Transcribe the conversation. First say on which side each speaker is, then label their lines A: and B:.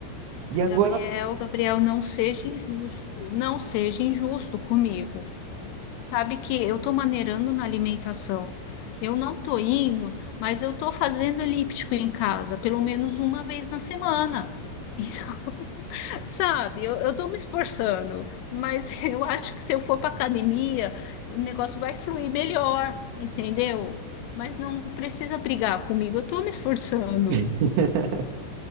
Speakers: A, on the right; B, on the left.
A: E agora.
B: Gabriel, Gabriel, não seja injusto, não seja injusto comigo. Sabe que eu estou maneirando na alimentação. Eu não estou indo, mas eu estou fazendo elíptico em casa, pelo menos uma vez na semana. <laughs> sabe, eu, eu tô me esforçando, mas <laughs> eu acho que se eu for para academia, o negócio vai fluir melhor, entendeu? Mas não precisa brigar comigo, eu tô me esforçando.
A: <laughs>